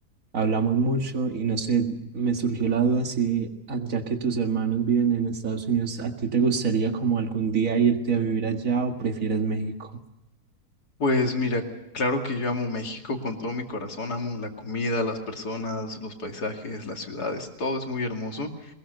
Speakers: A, on the right; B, on the left.
A: hablamos mucho y no sé, me surgió la duda si, ah, ya que tus hermanos viven en Estados Unidos, ¿a ti te gustaría como algún día irte a vivir allá o prefieres México?
B: Pues mira, claro que yo amo México con todo mi corazón, amo la comida, las personas, los paisajes, las ciudades, todo es muy hermoso.